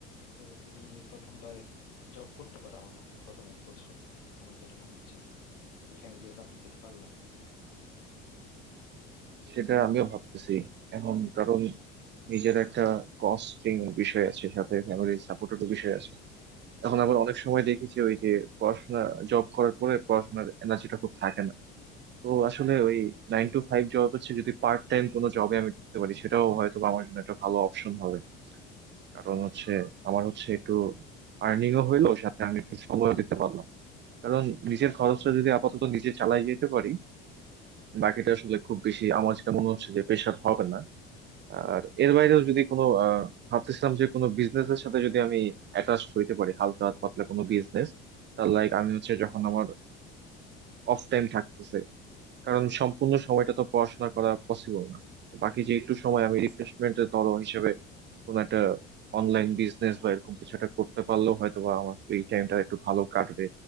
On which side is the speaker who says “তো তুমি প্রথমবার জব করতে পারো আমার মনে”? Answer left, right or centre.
Left